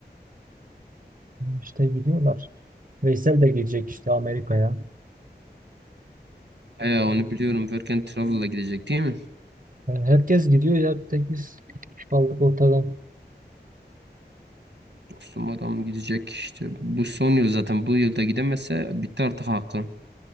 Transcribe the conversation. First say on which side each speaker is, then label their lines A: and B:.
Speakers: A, on the right (about 50°); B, on the right (about 80°).
A: İşte gidiyorlar. Veysel de gelecek işte Amerika'ya.
B: He onu biliyorum. Work and Travel'la gidecek değil mi?
A: Yani herkes gidiyor ya. Tek biz kaldık ortada.
B: Dostum adam gidecek işte. Bu son yıl zaten. Bu yılda gidemezse bitti artık hakkı.